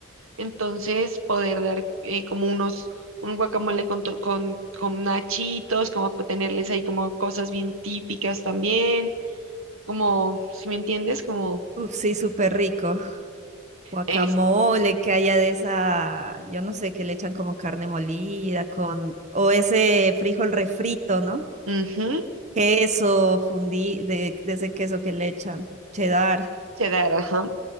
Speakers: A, on the right; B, on the right.
A: Entonces, poder dar eh, como unos, un guacamole con, to- con, con nachitos, como pa- tenerles ahí como cosas bien típicas también, como, si me entiendes, como
B: Uf, sí, súper rico. guacamole
A: es,
B: que haya de esa, yo no sé, que le echan como carne molida con, o ese frijol refrito, ¿no?
A: ujú,
B: Queso fundí, de, de ese queso que le echan, cheddar.
A: quedar, ajá.